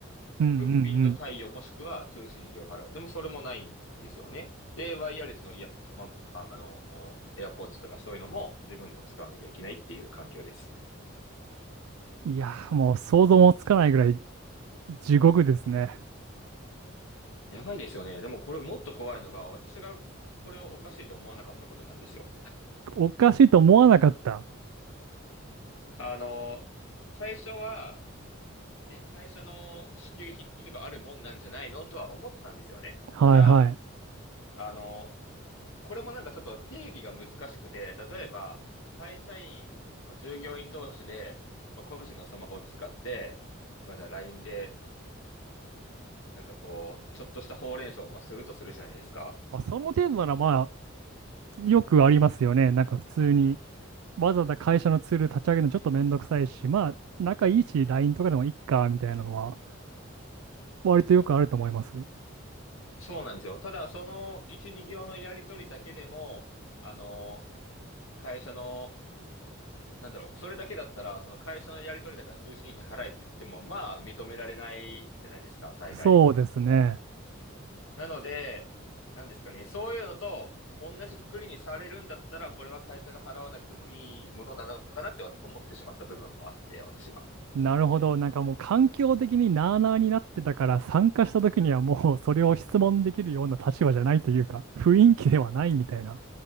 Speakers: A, on the right; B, on the left.
A: うんうんうん。
B: 物品の貸与もしくは通信費を払う。でもそれもないんですよね。で、ワイヤレスのイヤホン、まあ、あの、エアポー d とかそういうのも自分の使わなきゃいけないっていう環境です。
A: いやー、もう想像もつかないぐらい地獄ですね。
B: やばいですよね。でもこれもっと怖いのが、私がこれをおかしいと思わなかったことなんですよ。
A: おかしいと思わなかった。
B: あの、最初は、え、会社の支給品とかあるもんなんじゃないのとは思ったんですよね。
A: はいはい。
B: ただ、あの、ここれもなんかちょっと定義が難しくて、例えば、会社員の従業員同士で、まあ、個人のスマホを使って、まあ、じゃあ LINE で、なんかこう、ちょっとしたほうれん草をまあするとするじゃないですか。
A: まあ、その程度ならまよくありますよね。なんか普通にわざわざ会社のツール立ち上げるのちょっとめんどくさいし、まあ仲いいし LINE とかでもいっかみたいなのは割とよくあると思います。
B: そうなんですよ。ただ、その1、2行のやりとりだけでも、あの、会社のなんだろう、それだけだったら、その会社のやり取りだから通信費払えって言っても、まあ認められないじゃないですか、大概。
A: そうですね。
B: なので、なんですかね、そういうのと同じくくりにされるんだったら、これは会社が払わなくてもいいものなのかなって思ってしまった部分もあって、私が。
A: なるほど。なんかもう環境的になあなあになってたから参加した時にはもうそれを質問できるような立場じゃないというか雰囲気ではないみたいな